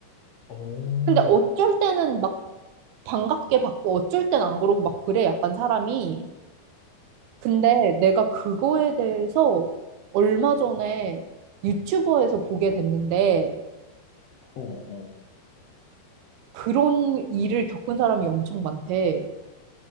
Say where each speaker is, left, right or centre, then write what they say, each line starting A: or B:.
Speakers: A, on the left; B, on the right.
A: 오.
B: 근데 어쩔 때는 막 반갑게 받고 어쩔 땐 안 그러고 막 그래, 약간 사람이. 근데 내가 그거에 대해서 얼마 전에 유튜버에서 보게 됐는데
A: 어, 어,
B: 그런 일을 겪은 사람이 엄청 많대.